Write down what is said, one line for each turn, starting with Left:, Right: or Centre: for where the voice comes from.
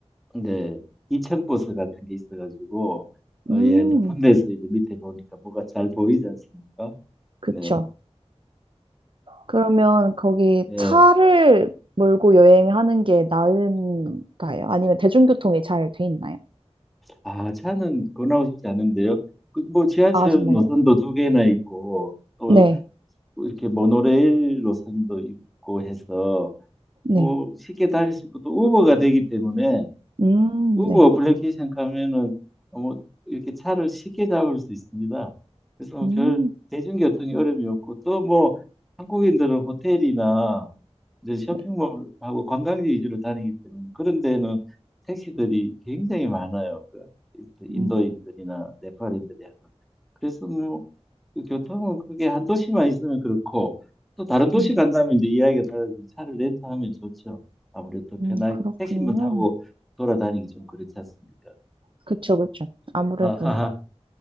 Centre: 근데 이층 버스 같은 게 있어가지고 어,
Right: 음,
Centre: 예, 높은 데서 이제 밑에 보니까 뭐가 잘 보이지 않습니까?
Right: 그쵸.
Centre: 네,
Right: 그러면 거기
Centre: 예,
Right: 차를 몰고 여행하는 게 나은가요? 아니면 대중교통이 잘 돼 있나요?
Centre: 아, 차는 권하고 싶지 않은데요. 그, 뭐 지하철
Right: 아, 정말요?
Centre: 노선도 두 개나 있고 또
Right: 네,
Centre: 이렇게 모노레일 노선도 있고 해서.
Right: 네.
Centre: 뭐 쉽게 다닐 수 있고 또 우버가 되기 때문에
Right: 음,
Centre: 우버
Right: 네.
Centre: 어플리케이션 가면은 뭐 이렇게 차를 쉽게 잡을 수 있습니다. 그래서 뭐별
Right: 음,
Centre: 대중교통이 어려움이 없고 또 뭐 한국인들은 호텔이나 이제 쇼핑몰하고
Right: 네.
Centre: 관광지 위주로 다니기 때문에 그런 데는 택시들이 굉장히 많아요. 그 인도인들이나
Right: 음,
Centre: 네팔인들이 하는. 그래서 뭐 그 교통은 크게 한 도시만 있으면 그렇고 또 다른 도시
Right: 음,
Centre: 간다면 이제 이야기가 달라지면 차를 렌트하면 좋죠. 아무래도 편하게
Right: 음, 그렇군요.
Centre: 택시만 타고 돌아다니기 좀 그렇지 않습니까?
Right: 그쵸, 그쵸. 아무래도.
Centre: 아하.